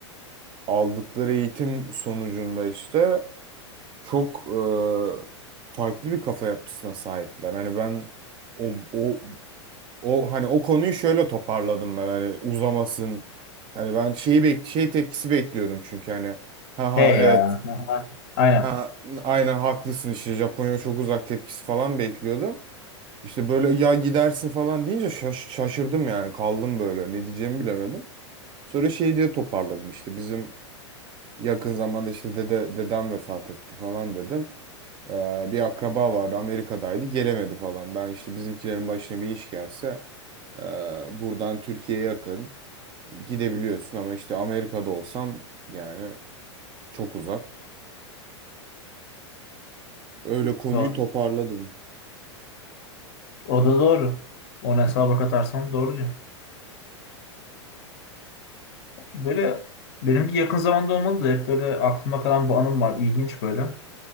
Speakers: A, on the right; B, on the left.
A: aldıkları eğitim sonucunda işte çok e, farklı bir kafa yapısına sahipler. Hani ben o, o O hani o konuyu şöyle toparladım ben hani uzamasın. Hani ben şeyi bek şey tepkisi bekliyordum çünkü hani ha ha
B: He
A: evet
B: ya. Aha, Aynen.
A: ha aynen haklısın işte Japonya çok uzak tepkisi falan bekliyordum. İşte böyle ya gidersin falan deyince şaş şaşırdım yani kaldım böyle ne diyeceğimi bilemedim. Sonra şey diye toparladım işte bizim yakın zamanda işte dede dedem vefat etti falan dedim. Ee, bir akraba vardı Amerika'daydı gelemedi falan. Ben işte bizimkilerin başına bir iş gelse e, buradan Türkiye'ye yakın gidebiliyorsun ama işte Amerika'da olsam yani çok uzak. Öyle konuyu
B: Doğru.
A: toparladım.
B: O da doğru. Onu hesaba katarsan doğru diyor. Böyle benimki yakın zamanda olmadı da hep böyle aklıma kalan bu anım var. İlginç böyle.